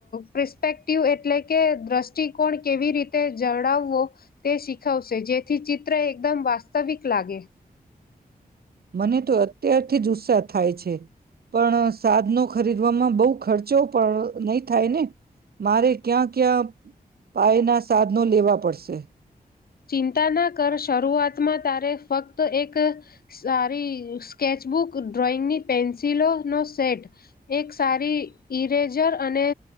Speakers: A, on the left; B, on the right.
A: પ્રેસ્પેક્ટિવ એટલે કે દ્રષ્ટિકોણ કેવી રીતે જડાવવો, તે શીખવશે, જેથી ચિત્ર એકદમ વાસ્તવિક લાગે.
B: મને તો અત્યારથી જ ઉત્સાહ થાય છે. પણ સાધ ન ખરીદવામાં બહુ ખર્ચો પણ નહી થાય ને, મારે ક્યાં ક્યાં પાયના સાધનો લેવા પડશે?
A: ચિંતા ના કર શરૂઆતમાં તારે ફક્ત એક, સારી સ્કેચબુક ડ્રોઈંગની પેન્સિલોનો સેટ, એક સારી ઈરેઝર અને,